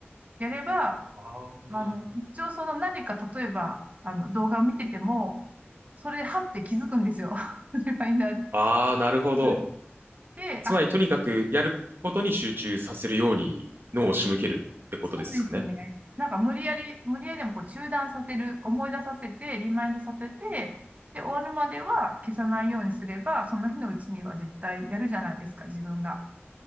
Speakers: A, on the right (about 35°); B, on the right (about 55°).
A: やれば、
B: あー
A: あの、一応その何か、例えば、あの、動画を見てても、それで、はって気づくんですよ。<laughs> リマインダーで。
B: あー、なるほど。
A: うんで、
B: つまり、
A: あ、
B: とにかくやることに集中させるように脳を仕向けるってことですかね。
A: そうですね。なんか無理やり、無理やりでもこう中断させる、思い出させて、リマインドさせて、で、終わるまでは消さないようにすれば、その日のうちには絶対やるじゃないですか、自分が。